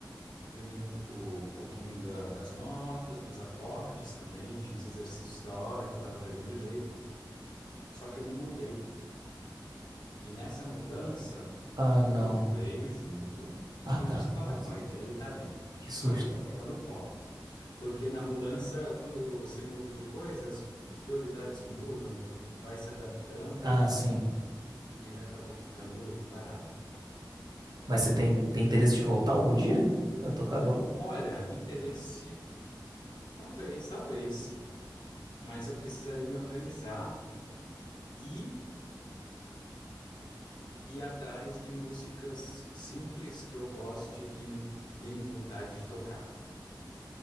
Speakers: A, on the left; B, on the right.
A: aprendi um, po- o- um pouquinho da- das notas, dos acordes também, tinha uns exercícios da hora que eu tava pegando jeito. Só que eu me mudei. E nessa mudança,
B: Ah,
A: o
B: não.
A: violão veio junto, não
B: Ah,
A: aconteceu
B: tá.
A: nada
B: Nossa,
A: com ele, ele tá bem.
B: que susto.
A: Só que ele tá pegando pó. Porque na mudança, quando você muda de coisa, as prioridades mudam, tu vai se adaptando
B: Ah, sim.
A: e ele acabou ficando parado.
B: Mas você tem, tem interesse de voltar algum dia? A tocar violão?
A: Olha, interesse, talvez, talvez. mas eu precisarei me organizar e ir atrás de músicas simples que eu goste, que me deem vontade de tocar.